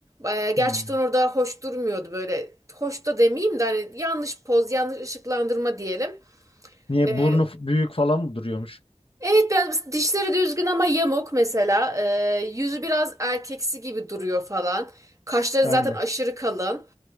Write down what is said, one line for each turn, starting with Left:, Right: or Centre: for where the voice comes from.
Right: Ee, Gerçekten
Left: Hmm.
Right: orada hoş durmuyordu böyle. Hoş da demeyeyim de hani yanlış poz, yanlış ışıklandırma diyelim.
Left: Niye
Right: Ee,
Left: burnu f- büyük falan mı duruyormuş?
Right: evet biraz dişleri düzgün ama yamuk mesela. Ee, yüzü biraz erkeksi gibi duruyor falan. Kaşları
Left: Aynen.
Right: zaten aşırı kalın.